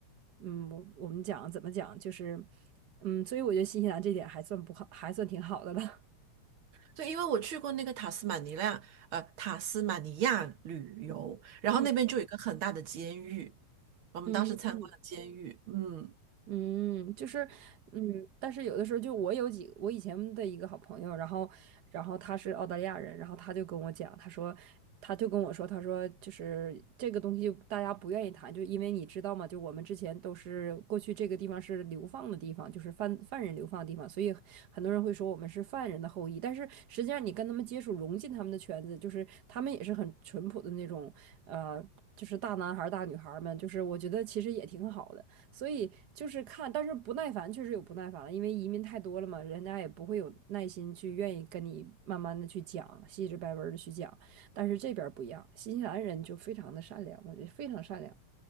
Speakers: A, on the right; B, on the right.
A: 嗯，我我们讲怎么讲，就是嗯，所以我觉得新西兰这点还算不好，还算挺好的了。<laughs>
B: 对，因为我去过那个塔斯马尼亚，呃，塔斯马尼亚旅游，然后那边就有一个很大的监狱，
A: 嗯
B: 我们当时参观了监狱。
A: 嗯。
B: 嗯。
A: 嗯，就是，嗯，但是有的时候就我有几，我以前的一个好朋友，然后，然后他是澳大利亚人，然后他就跟我讲，他说，他就跟我说，他说就是这个东西大家不愿意谈，就因为你知道吗？就我们之前都是过去这个地方是流放的地方，就是犯犯人流放的地方，所以很多人会说我们是犯人的后裔，但是实际上你跟他们接触，融进他们的圈子，就是他们也是很淳朴的那种，呃，就是大男孩儿大女孩儿们，就是我觉得其实也挺好的。所以就是看，但是不耐烦确实有不耐烦了，因为移民太多了嘛，人家也不会有耐心去愿意跟你慢慢的去讲，细致白文的去讲。但是这边儿不一样，新西兰人就非常的善良，我觉得非常善良。